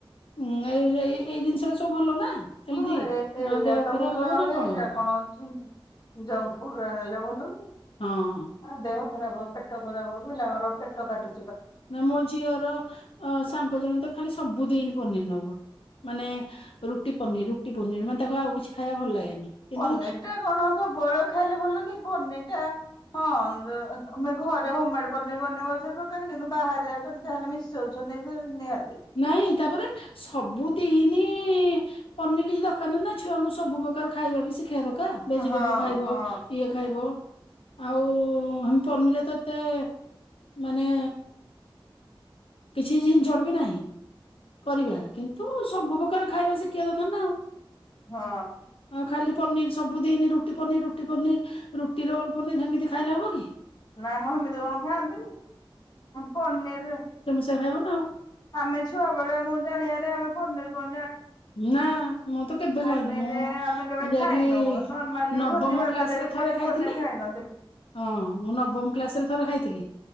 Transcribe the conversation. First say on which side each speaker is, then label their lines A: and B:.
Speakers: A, on the left; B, on the left.
A: ହୁଁ ଏଇ ଏଇ ଏଇ ଜିନିଷଟା ସବୁ ଭଲ ନା। ହେଲ୍ଦି
B: ହଁ ଏ ଏଇରା
A: ନା ଦେହ
B: ତ
A: ଖରାପ
B: ଭଲ
A: ହବ
B: ଆଉ
A: ନା
B: ହେଇରା
A: ହବ
B: କଣ ଅଛି ଜଙ୍କ ଫୁଡ ରା ନେଲେ ଭଲ କି।
A: ହଁ।
B: ଦେହ ଖରାପ ହବ ପେଟ ଖରାପ ହବ ପିଲାଙ୍କର ପେଟ କାଟୁ
A: ନା ମୋ ଝିଅର ଅ ସାଙ୍ଗ ଜଣେ ତ ଖାଲି ସବୁଦିନ। ପନିର ନବ ମାନେ ରୁଟି ପନିର ରୁଟି ପନିର ମାନେ ତାକୁ ଆଉ କିଛି ଖାଇବା ଭଲ ଲାଗେନି। କିନ୍ତୁ
B: ପନିର ଟା କଣ ସବୁ ବଳ ଖାଇଲେ ଭଲ କି ପନିର ଟା। ହଁ ତ ତମେ ଘରେ ହୋମମେଡ ପନିର ବନେଇବା ସେ ପ୍ରକାରେ କିନ୍ତୁ ବାହାରେ ଯାହାହେଲେ ମିଶଉ ଛନ୍ତି ନିହାତି।
A: ନାଇଁ ତାପରେ ସବୁ ଦିନି ପନିର କି ର ର ନାଇ ଛୁଆଙ୍କୁ ସବୁ ପ୍ର୍ରକାର ଖାଇବା ବି ଶିଖେଇବା ଦରକାର ଭେଜିଟେବୁଲ
B: ହଁ
A: ଖାଇବ
B: ହଁ
A: ଇଏ ଖାଇବ। ଆଉ ପନର ରେ ତ ଏତେ ମାନେ। କିଛି ଝିନଝଟ ବି ନାହିଁ କରିବା କିନ୍ତୁ ସବୁ ପ୍ରକାର ଖାଇବା ଶିଖିବା ଦରକାର ନା ଆଉ।
B: ହଁ।
A: ଆଉ ଖାଲି ପନିର ସବୁ ଦିନି ରୁଟି ପନିର ରୁଟି ପନିର ରୁଟି ରୋଲ ପନିର ସେମିତି ଖାଇଲେ ହବ କି?
B: ନା ମ ହେମିତି କଣ ଖାଆନ୍ତି ପନିର।
A: ଖଇବ ନା ଆଉ।
B: ଆମେ ଛୁଆ ବେଳେ ମୁଁ ଜାଣିଆାରେ ଆମେ ପନିର କ
A: ନା ମୁଁ ତ କେବେ
B: ପନିର
A: ଖାଇନି ମୁଁ
B: ଆମେ କେବେ
A: ଯାଇକି
B: ଖାଇନୁ ନର୍ମାଲ ବି
A: ନବମ
B: ଭୋଜି ଭାତରେ
A: କ୍ଲାସ
B: ବି
A: ରେ ଥରେ
B: କେବେ
A: ଖାଇଥିଲି
B: ପନିର ଖାଇନଥିଲୁ।
A: ହଁ ମୁଁ ନବମ କ୍ଲାସରେ ଥରେ ଖାଇଥିଲି।